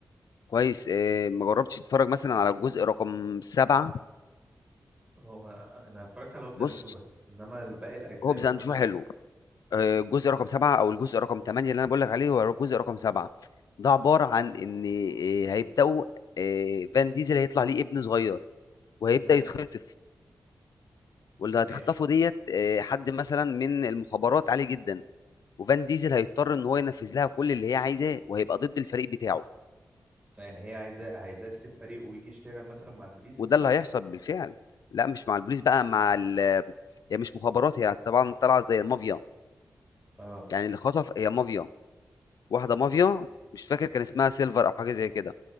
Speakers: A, on the left (about 80°); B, on the right (about 20°).
A: كويس آه، ما جربتش تتفرج مثلا على الجزء رقم سبعه
B: ما هو انا اتفرجت على هوبز
A: بص
B: اند شو بس انما الباقي الاجزاء
A: هوبز
B: وكده
A: اند شو
B: لا
A: حلو آه، الجزء رقم سبعه او الجزء رقم ثمانيه اللي انا بقول لك عليه هو الجزء رقم سبعه ده عباره عن ان آه، هيبداوا آه، فان ديزل هيطلع ليه ابن صغير وهيبدا
B: تمام
A: يتخطف واللي
B: ماشي
A: هتخطفه ديت آه، حد مثلا من المخابرات عالي جدا وفان ديزل هيضطر ان هو ينفذ لها كل اللي هي عايزاه وهيبقى ضد الفريق بتاعه
B: يعني هي عايزاه عايزاه تسيب فريقه ويجي يشتغل مثلا مع البوليس
A: وده
B: وكده
A: اللي هيحصل بالفعل لا مش مع البوليس بقى مع ال هي مش مخابرات هي طبعا طالعه زي المافيا
B: اه
A: يعني اللي خطف هي مافيا واحده مافيا مش فاكر كان اسمها سيلفر او حاجه زي كده